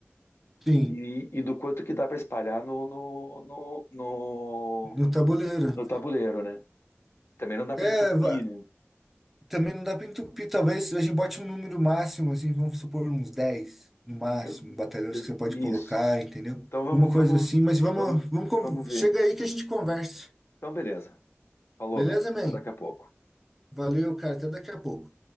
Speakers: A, in the centre; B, on the left.
A: Sim,
B: e, e do quanto que dá para espalhar no, no, no, no-
A: no tabuleiro.
B: no tabuleiro, né? Também não dá para
A: É,
B: entupir,
A: va-
B: né?
A: também não dá para entupir, talvez a gente bote um número máximo, assim, vamos supor uns 10 no máximo,
B: Eu-
A: batalhões
B: eu-
A: que você pode
B: Isso.
A: colocar, entendeu?
B: Então vamos,
A: Uma
B: vamos,
A: coisa assim, mas vamos,
B: vamos,
A: vamos, con-
B: vamos ver.
A: chega aí que a gente conversa.
B: Então, beleza. Falou,
A: Beleza,
B: man.
A: man?
B: Até daqui a pouco.
A: Valeu, cara, até daqui a pouco.